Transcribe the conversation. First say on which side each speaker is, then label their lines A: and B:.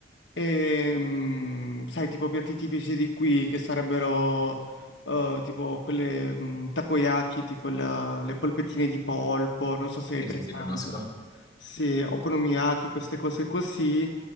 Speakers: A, on the left (about 70°); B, on the left (about 20°).
A: E, mm, sai, tipo piatti tipici di qui che sarebbero eh, tipo quelle mm, takoyaki, tipo la- le polpettine di polpo, non so se hai
B: Sì,
A: presente.
B: sì, sì, conosco.
A: Sì, okonomiyaki, queste cose così.